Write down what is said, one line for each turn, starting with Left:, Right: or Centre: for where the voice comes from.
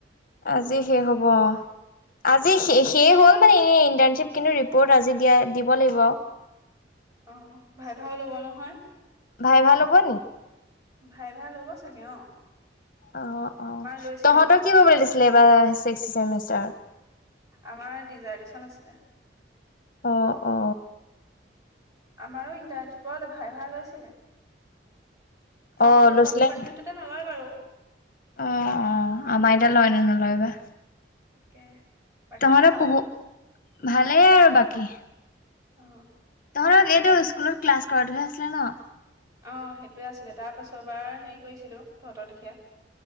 Left: আজি শেষ হ'ব আজি
Right: অ
Left: শেষেই হ'ল। আমাৰ এনেই ইণ্টাৰ্ণশ্বিপ কিন্তু ৰিপৰ্ট আজি দিয়া দিব লাগিব আৰু।
Right: অ' ভাইভাও ল'ব নহয়।
Left: ভাইভাহ ল'ব নি?
Right: ভাইভাহ ল'ব চাগে অ'।
Left: অ', অ'
Right: আমাৰ লৈছিলে
Left: তহঁতৰ
Right: মানে
Left: কি কৰিবলৈ দিছিলে এইবাৰ ছিক্স ছেমিষ্টাৰত?
Right: আমাৰ ডিজাৰ্টেশ্যন আছিলে।
Left: অ', অ'।
Right: আমাৰো ইণ্টাৰ্ণশ্বিপত ভাইভাহ লৈছিলে। চব
Left: অ',
Right: বুলি
Left: লৈছিলে
Right: চব ডিপাৰ্টমেণ্টতে
Left: নি?
Right: নলয় বাৰু।
Left: অ', অ' আমাৰ এতিয়া লয় নে নলয়বা।
Right: তাকে। বাকী
Left: তহঁতে
Right: ভাল
Left: পহু, ভালেই আৰু বাকী।
Right: অ
Left: তহঁতৰ এইটো স্কুলত ক্লাছ কৰাটোহে আছিলে ন'?
Right: অ' সেইটোৱে আছিলে তাৰ পাছৰ বাৰ হেৰি কৰিছিলো তহঁতৰ লেখীয়া।